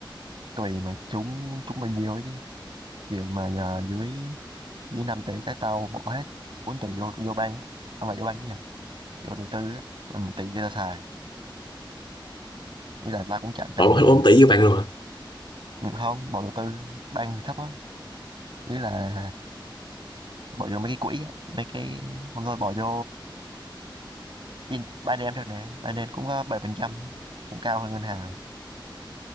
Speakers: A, on the right; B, on the left.
A: Tùy mà trúng trúng bao nhiêu ấy chứ. Kiểu mà nhờ dưới dưới 5 tỷ trái tao bỏ hết 4 tỷ vô vô bank á. Không phải vô bank cái nhầm, vô đầu tư á. Ừ, Một tỷ kia tao xài. Nghĩa là tao cũng chẳng cần
B: Bỏ hết bốn tỷ vô bạn luôn hả?
A: không bỏ đầu tư bank thì thấp quá. Nghĩa là bỏ vô mấy cái quỹ á, mấy cái không thôi bỏ vô in- Binance được nè. ba Binance cũng có bảy phần trăm cũng cao hơn ngân hàng. rồi.